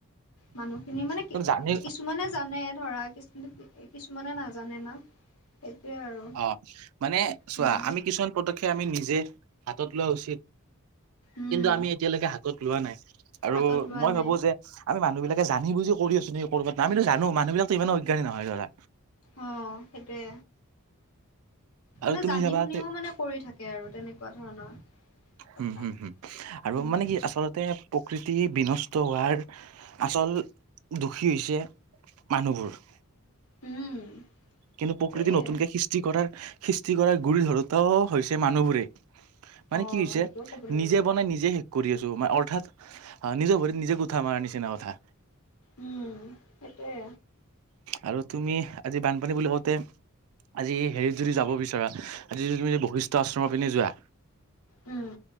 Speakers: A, on the left; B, on the right.
A: মানুহখিনি মানে কি
B: কিন্তু জানি
A: কিছুমানে জানে ধৰা কি-কিছুমানে নাজানে না। সেইটোয়ে আৰু।
B: অ' মানে চোৱা
A: উম।
B: আমি কিছুমান পদক্ষেপ আমি নিজে হাতত লোৱা উচিত
A: উম,
B: কিন্তু আমি এতিয়ালৈকে হাতত লোৱা নাই আৰু
A: হাতত লোৱা
B: মই
A: নাই
B: ভাবোঁ যে আমি মানুহবিলাকে জানি বুজি কৰি আছোঁ নেকি ক'বাত, নি আমিতো জানো মানুহবিলাকতো ইমানো অজ্ঞানী নহয় ধৰা।
A: অ' সেইটোয়ে।
B: আৰু
A: মানে
B: তুমি
A: জানি
B: চাবা
A: শুনিও মানে কৰি থাকে আৰু তেনেকুৱা ধৰণৰ। কথা।
B: হুম, হুম, হুম, আৰু
A: উম,
B: মানে কি আচলতে প্ৰকৃতি বিনষ্ট হোৱাৰ আচল দুখী হৈছে মানুহবোৰ।
A: উম।
B: কিন্তু প্ৰকৃতি
A: সেয়ে
B: নতুনকে সৃষ্টি কৰাৰ সৃষ্টি কৰাৰ গুৰি ধৰোতাও হৈছে মানুহবোৰেই। মানে
A: অ'
B: কি হৈছে
A: সেইটোও ক'ব লাগিব
B: নিজে বনাই নিজে শেষ কৰি আছোঁ অৰ্থাৎ নিজৰ ভৰিত নিজে কুঠাৰ মাৰাৰ নিচিনা কথা।
A: উম, সেইটোয়ে।
B: আৰু তুমি আজি বান পানী বুলি কওঁতে আজি হেৰিত যদি যাব বিচৰা, আজি যদি তুমি বশিষ্ট ত' আশ্ৰমৰ পিনে যোৱা
A: উম,